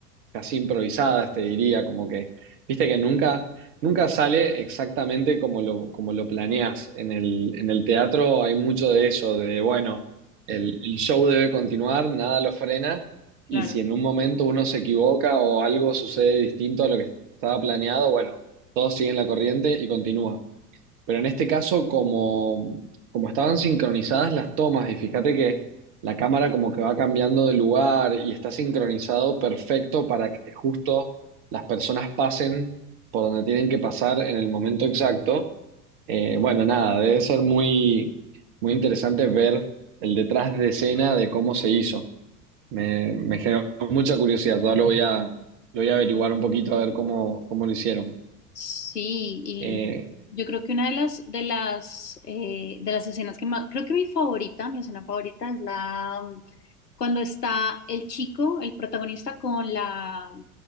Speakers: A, on the right; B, on the left.
A: casi improvisadas, te diría, como que, viste que nunca, nunca sale exactamente como lo, como lo planeas. En el, en el teatro hay mucho de eso, de, bueno, el, el show debe continuar, nada lo frena, y
B: Claro.
A: si en un momento uno se equivoca o algo sucede distinto a lo que estaba planeado, bueno, todos siguen la corriente y continúa. Pero en este caso, como, como estaban sincronizadas las tomas, y fíjate que la cámara como que va cambiando de lugar y está sincronizado perfecto para que justo las personas pasen por donde tienen que pasar en el momento exacto. Eh, bueno, nada, debe ser muy, muy interesante ver el detrás de escena de cómo se hizo. Me, me generó mucha curiosidad, todavía lo voy a, lo voy a averiguar un poquito a ver cómo, cómo lo hicieron.
B: Sí, y
A: Eh,
B: yo creo que una de las de las eh, de las escenas que más, creo que mi favorita, mi escena favorita es la mm, cuando está el chico, el protagonista con la,